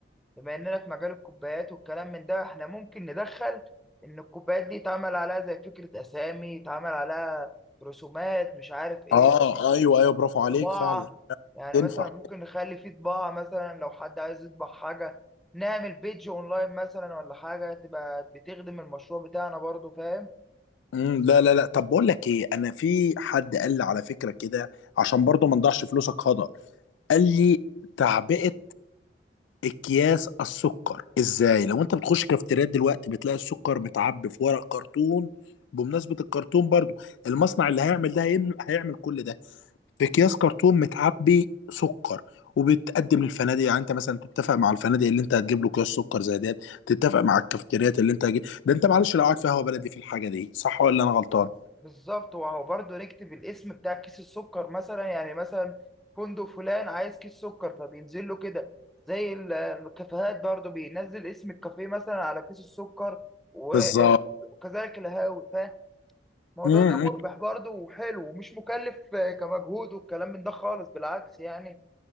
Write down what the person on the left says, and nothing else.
اه ايوه ايوه برافو عليك
فعلا
تنفع
مم، لا لا لا طب بقول لك ايه انا في حد قال لي على فكره كده عشان برضو ما نضيعش فلوسك هدر قال لي تعبئه اكياس السكر ازاي لو انت بتخش كافتريات دلوقتي بتلاقي السكر متعبي في ورق كرتون بمناسبة الكرتون برضو المصنع اللي هيعمل ده هيعمل هيعمل كل ده في اكياس كرتون متعبي سكر وبتقدم للفنادق يعني انت مثلا تتفق مع الفنادق اللي انت هتجيب له اكياس سكر زي ديت تتفق مع الكافتريات اللي انت هتجيب ده انت معلش لو قاعد في قهوه بلدي في الحاجه دي صح ولا انا غلطان
بالظبط
م-
م.